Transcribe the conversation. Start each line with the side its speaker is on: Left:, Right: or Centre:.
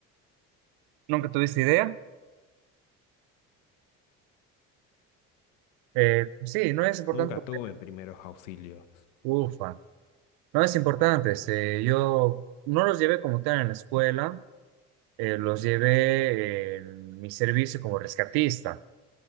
Right: nunca tuviste idea. Eh, sí, no es importante
Left: Nunca
Right: porque,
Left: tuve primeros auxilios.
Right: ufa, no es importante. Este, yo no los llevé como tal en la escuela, eh, los llevé en mi servicio como rescatista.